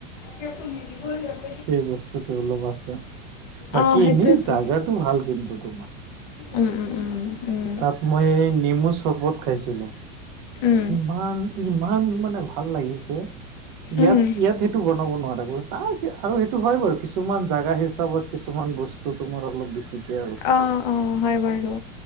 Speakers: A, on the left (about 40°); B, on the right (about 40°).
A: এটিয়াটো নিদিবই সিহতে
B: সেই বস্তুতটো অলপ আছে, বাকী
A: অঁ সেইটোৱেতো
B: এনেই জাগাটো ভাল কিন্তু তোমাৰ।
A: উম উম উম উম,
B: তাত মই নেমু চৰবত খাইছিলো
A: উম,
B: ইমান ই ইমান মানে ভাল লাগিছে ইয়াত
A: উম,
B: ইয়াত সেইটো বনাব নোৱাৰা ব আৰু সেইটো হয় বাৰু কিছুমান জোগা হিচাপত কিছুমান বস্তু বস্তু তোমাৰ অলপ বেছিকে আৰু
A: অঁ অঁ হয় বাৰু